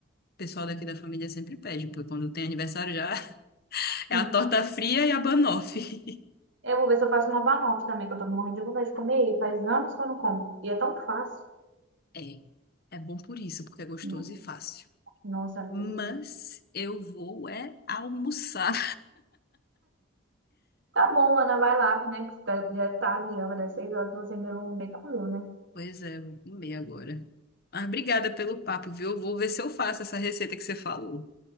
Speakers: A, on the left; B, on the right.
A: pessoal daqui da família sempre pede, porque quando tem aniversário já <laughs> é
B: Hum.
A: a torta fria e a banoffee.
B: Eu vou ver se eu faço uma banoffee também, que eu tô morrendo de vontade de comer. E Faz anos que eu não como. E é tão fácil.
A: <laughs> É, é bom por isso, porque é gostoso
B: Hum.
A: e fácil.
B: Nossa, uma
A: Mas
B: delícia.
A: eu vou é almoçar.
B: Tá bom, Ana, vai lá, né? Que tá- já é tarde, já vai dar seis horas, você ainda não nem comeu, né?
A: Pois é, vou comer agora. Mas obrigada pelo papo, viu? Eu Vou ver se eu faço essa receita que você falou.